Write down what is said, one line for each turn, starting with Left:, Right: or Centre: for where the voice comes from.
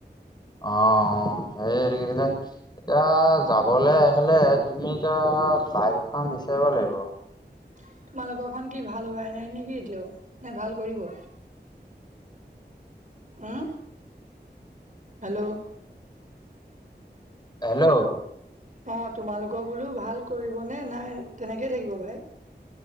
Left: অ সেই হেৰি এইটো কিছিলে এতিয়া যাবলৈ হলে তুমি এতিয়া এ বাইক এখন বিচাৰিব লাগিব।
Right: <inaudible> তোমালোকৰখন কি ভাল হোৱাই নাই নেকি এতিয়াও? না ভাল কৰিব? উম হেল্ল'
Left: হেল্ল'
Right: অ তোমালোকৰ বোলো ভাল কৰিবনে নাই তেনেকেই থাকিব বাইক?